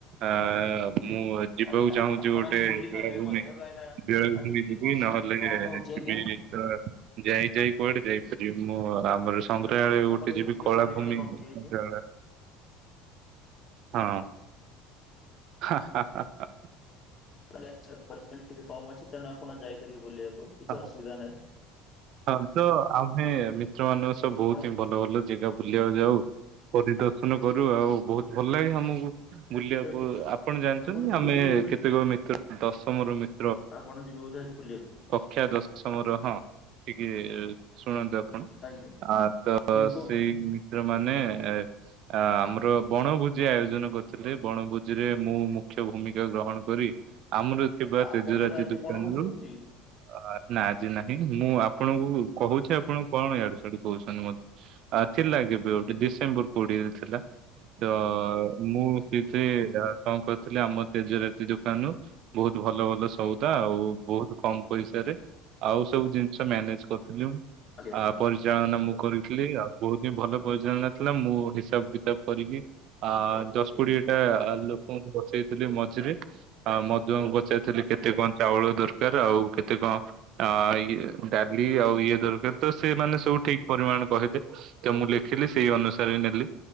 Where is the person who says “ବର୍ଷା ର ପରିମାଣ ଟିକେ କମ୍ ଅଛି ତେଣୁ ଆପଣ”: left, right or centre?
Left